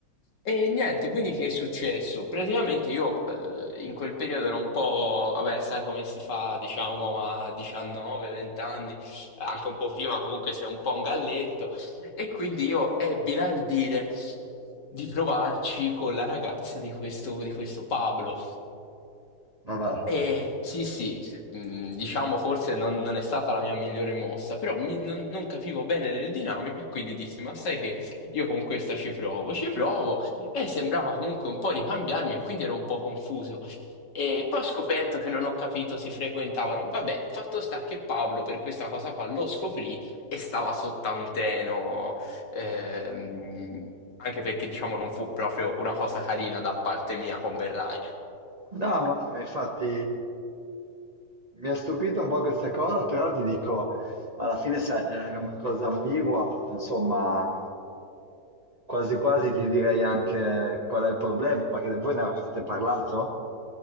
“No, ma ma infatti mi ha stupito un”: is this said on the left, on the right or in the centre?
Right